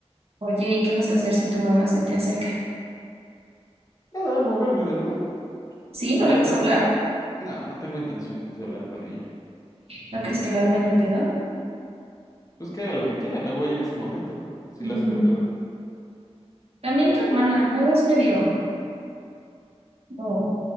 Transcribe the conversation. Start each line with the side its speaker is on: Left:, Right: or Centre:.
Right: Oye, ¿y qué vas a hacer si tu mamá se te acerca?
Left: Nada, moverme del lugar.
Right: ¿Sí? ¿No
Left: La
Right: le
Left: verdad
Right: vas
Left: no,
Right: a hablar?
Left: no, no tengo intenciones de hablar con ella.
Right: ¿No crees que la arme de pedo?
Left: Pues que haga lo que quiera, me voy en ese momento, si
Right: Mm.
Left: la hace de pedo.
Right: También tu hermana, luego es medio como